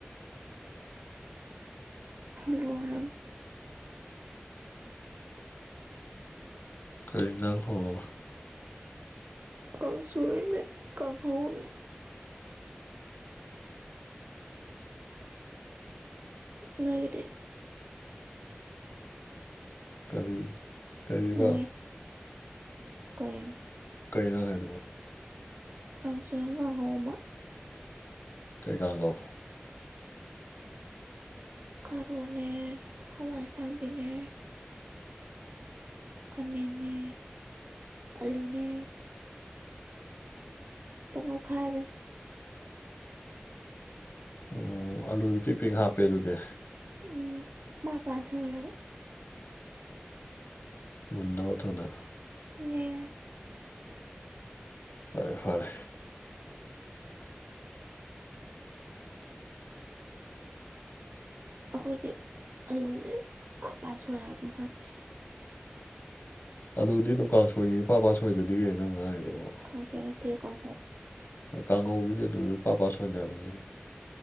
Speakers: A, on the right; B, on the left.
A: ꯂꯣꯏꯔꯥꯃꯤ
B: ꯀꯔꯤ ꯏꯟꯖꯥꯡ ꯊꯣꯡꯉꯥꯕ
A: ꯀꯪꯁꯨꯔꯩꯃꯦ ꯀꯪꯍꯧꯝꯅꯦ ꯅꯣꯒꯤꯗꯤ
B: ꯀꯔꯤ ꯀꯔꯤꯕ
A: ꯅꯣꯏ ꯀꯩꯕ
B: ꯀꯩꯅꯣ ꯅꯪ ꯍꯥꯏꯗꯨꯕꯣ
A: ꯀꯥꯡꯁꯣꯏ ꯑꯃ ꯀꯥꯡꯍꯧ ꯑꯃ
B: ꯀꯩ ꯀꯥꯡꯒꯧ
A: ꯀꯥꯔꯣꯠꯅꯦ ꯍꯋꯥꯏꯁꯥꯡꯕꯤꯅꯦ ꯈꯥꯃꯦꯟꯦ ꯑꯂꯨꯅꯦ ꯈꯤꯇꯪꯈꯥꯏꯔꯅꯦ
B: ꯎ ꯑꯂꯨꯗꯨ ꯄꯔꯤ ꯄꯦꯡ ꯍꯥꯞꯄꯦ ꯑꯗꯨꯗꯤ
A: ꯎꯝ ꯃꯥꯄꯥꯥꯟꯁꯨ ꯑꯣꯏꯣꯏꯔꯒ
B: ꯃꯗꯕꯗꯨꯅ
A: ꯌꯦ
B: ꯐꯔꯦ ꯐꯔꯦ
A: ꯑꯩꯈꯣꯏꯗꯤ ꯑꯂꯨꯁꯦ ꯄꯥ ꯄꯥ ꯁꯣꯏꯔꯒ ꯑꯗꯨꯝ ꯍꯥꯞꯄꯤ
B: ꯑꯗꯨꯗꯤ ꯗꯨꯀꯥꯟ ꯁꯣꯏꯒꯤ ꯄꯥꯄꯥ ꯁꯣꯏꯗꯗꯤ ꯀ ꯅ ꯉꯥꯏ ꯑꯗꯨꯕꯨ
A: ꯈꯁꯦꯅꯠꯇ ꯀꯥ ꯍꯣ
B: ꯍꯣꯏ ꯀꯥꯡꯉꯧꯒꯤꯗꯤ ꯑꯗꯨ ꯂꯨꯄꯥ ꯄꯥ ꯁ ꯑꯣꯏꯅꯅꯕꯅꯦ